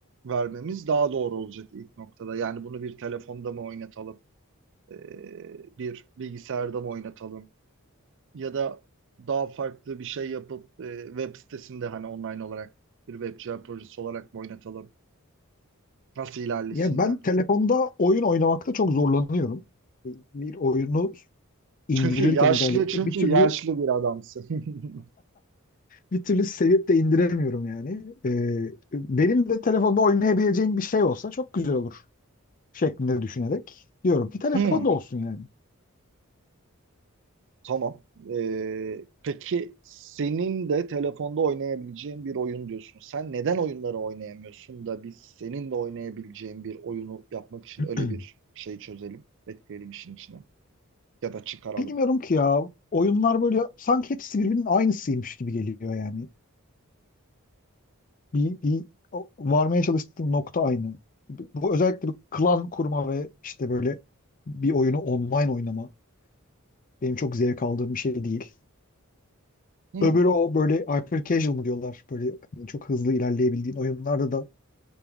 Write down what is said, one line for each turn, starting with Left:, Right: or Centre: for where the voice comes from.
Right: vermemiz daha doğru olacak ilk noktada. Yani bunu bir telefonda mı oynatalım, e, bir bilgisayarda mı oynatalım ya da daha farklı bir şey yapıp e, web sitesinde hani online olarak bir web cihaz projesi olarak mı oynatalım? Nasıl ilerlesin
Left: Ya ben telefonda oyun oynamakta çok zorlanıyorum. Bir oyunu indirirken
Right: Çünkü yaşlı,
Left: özellikle
Right: çünkü
Left: bir türlü
Right: yaşlı bir adamsın. <laughs>
Left: bir türlü sevip de indiremiyorum yani. Ee, benim de telefonda oynayabileceğim bir şey olsa çok güzel olur şeklinde düşünerek diyorum ki telefonda
Right: Hmm,
Left: olsun yani.
Right: tamam. Ee, peki senin de telefonda oynayabileceğin bir oyun diyorsun. Sen neden oyunları oynayamıyorsun da biz senin de oynayabileceğin bir oyunu yapmak için
Left: <clears throat>
Right: öyle bir şey çözelim, ekleyelim işin içine ya da çıkaralım.
Left: Bilmiyorum ki ya oyunlar böyle sanki hepsi birbirinin aynısıymış gibi geliyor yani. Bir, bir o- varmaya çalıştığım nokta aynı. Bu özellikle bu klan kurma ve işte böyle bir oyunu online oynama benim çok zevk aldığım bir şey değil.
Right: Hmm,
Left: Öbürü o böyle hyper casual mı diyorlar böyle hani çok hızlı ilerleyebildiğin oyunlarda da